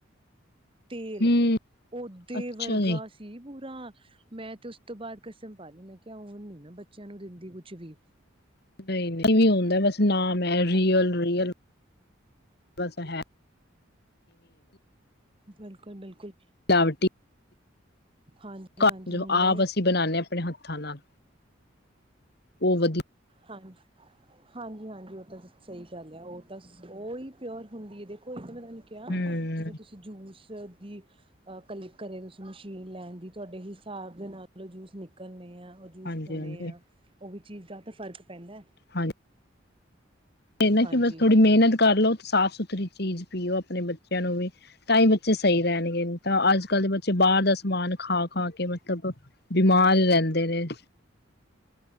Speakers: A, on the right; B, on the left.
A: ਤੇਲ
B: ਹਮ
A: ਓਦੇ
B: ਅੱਛਾ
A: ਵਰਗਾ
B: ਜੀ
A: ਸੀ ਬੂ। ਹਾਂ ਮੈਂ ਤੇ ਉਸ ਤੋਂ ਬਾਅਦ ਕਸਮ ਪਾ ਲਈ ਮੈਂ ਕਿਹਾ ਹੁਣ ਨੀ ਮੈਂ ਬੱਚਿਆਂ ਨੂੰ ਦਿੰਦੀ ਕੁਛ ਵੀ।
B: ਨਹੀਂ ਨਹੀਂ ਇਹ ਵੀ ਹੁੰਂਦਾ ਬਸ ਨਾਮ ਹੈ ਰੀਅਲ ਰੀਅਲ ਬਸ ਹੈ
A: ਬਿਲਕੁਲ ਬਿਲਕੁਲ।
B: ਲਾਵਟੀ।
A: ਹਾਂਜੀ
B: ਘਰ
A: ਹਾਂਜੀ
B: ਜਦੋਂ
A: ਹੁੰਦਾ
B: ਆਪ
A: ਹੀ
B: ਅਸੀਂ ਬਣਾਉਦੇ ਹਾਂ। ਆਪਣੇ ਹੱਥਾਂ ਨਾਲ। ਉਹ ਵਧੀਆ
A: ਹਾਂਜੀ ਹਾਂਜੀ ਹਾਂਜੀ। ਉਹ ਤਾਂ ਸਹੀ ਗੱਲ ਹੈ ਉਹ ਤਾਂ ਉਹ ਹੀ ਪਿਓਰ ਹੁੰਦੀ ਹੈ ਦੇਖੋ ਇੱਕ ਮੈਂ। ਤੈਨੂੰ ਕਿਹਾ
B: ਹਮ
A: ਜਿਵੇਂ ਤੁਸੀਂ ਜੂਸ। ਦੀ ਕਲਿਕ ਕਰੇ ਤੁਸੀਂ ਮਸ਼ੀਨ ਲੈਣ ਦੀ ਤੁਹਾਡੇ ਹਿਸਾਬ ਦੇ ਨਾਲ ਜੂਸ ਨਿਕਲਣੇ ਆ। ਉਹ ਜੂਸ
B: ਹਾਂਜੀ
A: ਹੋਣੇ
B: ਹਾਂਜੀ
A: ਆ ਉਹ ਵੀ। ਚੀਜ਼ ਦਾ ਤਾਂ ਫ਼ਰਕ ਪੈਂਦਾ ਹੈ।
B: ਹਾਂਜੀ। ਤੇ ਨਾ
A: ਹਾਂਜੀ
B: ਕਿ ਬਸ ਥੋੜੀ ਮਿਹਨਤ ਕਰ ਲਓ ਸਾਫ਼ ਸੁਥਰੀ ਚੀਜ਼ ਪੀਓ ਆਪਣੇ ਬੱਚੇ। ਬੱਚਿਆਂ ਨੂੰ ਵੀ ਤਾਂ ਹੀ ਬੱਚੇ ਸਹੀ ਰਹਿਣਗੇ ਨਹੀਂ ਤਾਂ ਅੱਜ। ਅੱਜ ਕੱਲ ਦੇ ਬੱਚੇ ਬਾਹਰ ਦਾ ਸਮਾਨ ਖਾ। ਖਾ ਕੇ ਮਤਲਬ ਬਿਮਾਰ ਰਹਿੰਦੇ ਨੇ।